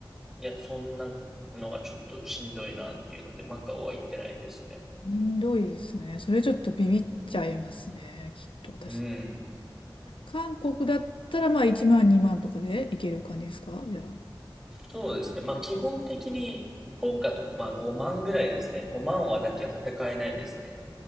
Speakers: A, in the centre; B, on the left.
A: いや、そんなのはちょっとしんどいなっていうので、マカオは行ってないですね。
B: しんどいですね。それちょっとビビっちゃいますね。きっと私。
A: うん。
B: 韓国だったらまあ1万2万とかでいける感じですかじゃあ。
A: そうですね。まあ基本的に、ポーカーとか、まあ5万ぐらいですね。5万はなきゃ戦えないですね。